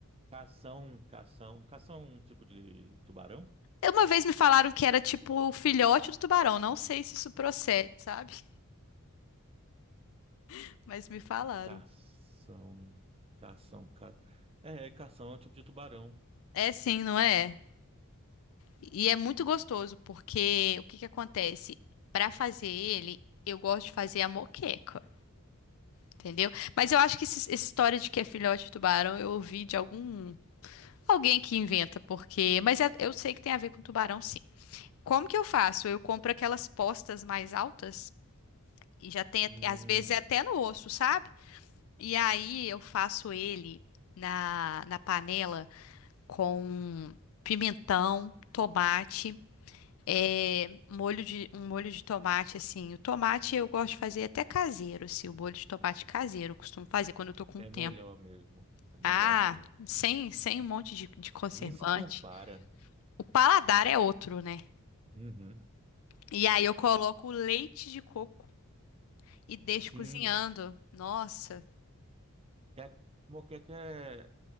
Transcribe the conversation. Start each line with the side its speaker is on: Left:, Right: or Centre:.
Right: Cação, cação. Cação é um tipo de tubarão?
Left: Uma vez me falaram que era tipo o filhote do tubarão. Não sei se isso procede, sabe? <laughs> Mas me falaram.
Right: Cação, cação, ca... É, cação é um tipo de tubarão.
Left: É sim, não é? E é muito gostoso, porque o que que acontece? Pra fazer ele, eu gosto de fazer a moqueca, entendeu? Mas eu acho que esse- essa história de que é filhote de tubarão, eu ouvi de algum alguém que inventa, porque, mas é- eu sei que tem a ver com tubarão, sim. Como que eu faço? Eu compro aquelas postas mais altas e já tem, at-
Right: Hum,
Left: às vezes é até no osso, sabe? E aí eu faço ele na, na panela com pimentão, tomate, é, molho de, um molho de tomate assim. O tomate eu gosto de fazer até caseiro, assim, o molho de tomate caseiro eu costumo fazer quando eu tô com
Right: é
Left: tempo.
Right: melhor mesmo. É melhor
Left: Ah,
Right: mesmo.
Left: sem, sem um monte de, de conservante.
Right: Nem se compara.
Left: O paladar é outro, né?
Right: Uhum.
Left: E aí eu coloco leite de coco. E deixo
Right: Sim,
Left: cozinhando. Nossa.
Right: é, moqueca é, é